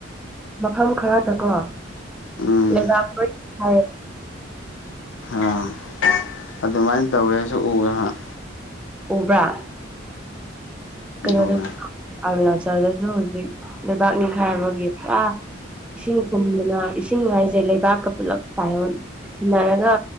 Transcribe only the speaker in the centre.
ꯃꯐꯝ ꯈꯔ ꯀꯣ
ꯂꯩꯕꯥꯛ ꯍꯥꯏ
ꯎꯕ꯭ꯔꯥ ꯀꯩꯅꯣꯗꯁꯨ
ꯑꯔꯨꯅꯥꯆꯜꯗꯁꯨ ꯍꯧꯖꯤꯛ ꯂꯩꯕꯥꯛ ꯅꯤꯡꯈꯥꯏ ꯑꯃꯒꯤꯒꯤ ꯄꯨꯔꯥ ꯏꯁꯤꯡ ꯈꯨꯝꯗꯅ ꯏꯁꯤꯡ ꯍꯥꯏꯥꯏꯁꯦ ꯂꯩꯕꯥꯛꯀ ꯄꯨꯜꯂꯞ ꯇꯥꯏꯌꯣꯟꯟꯅꯔꯒ